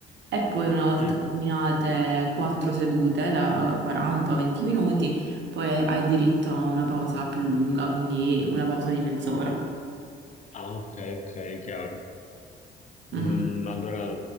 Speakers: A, on the right (about 65°); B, on the left (about 40°).
A: E poi una volta
B: Mm.
A: terminate quattro sedute da 40 o 20 minuti, poi hai diritto a una pausa più lunga, quindi una pausa di mezz'ora.
B: Ah, ok, ok, chiaro.
A: Mhm.
B: Mm, allora,